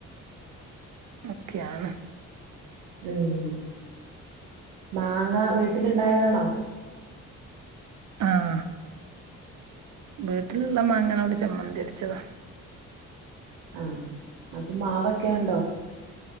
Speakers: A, on the right (about 55°); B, on the right (about 80°).
A: ഒക്കെയാണ്
B: ഉം മാങ്ങ വീട്ടിലിണ്ടായതാണോ
A: ആഹാ വീട്ടിലുള്ള മാങ്ങകൊണ്ട് ചമ്മന്തിയരച്ചതാ
B: ആഹ് അപ്പൊ മാവൊക്കെ ഉണ്ടോ